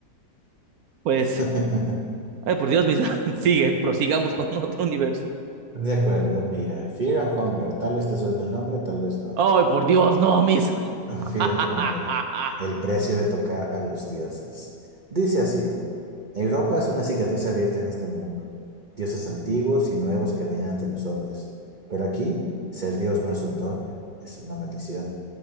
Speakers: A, on the right; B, on the right.
A: pues,
B: <laughs>
A: ay, por Dios, Misa, <laughs> sigue, prosigamos con otro universo.
B: De acuerdo, mira. Fear and Hunger. Tal vez te suene el nombre, tal vez no.
A: Ay, por Dios, no, Misa.
B: <laughs>
A: <laughs>
B: Fear and Hunger, el precio de tocar a los dioses. Dice así, Europa es una cicatriz abierta en este mundo. Dioses antiguos y nuevos caminan entre los hombres. Pero aquí, ser dios no es un don, es una maldición,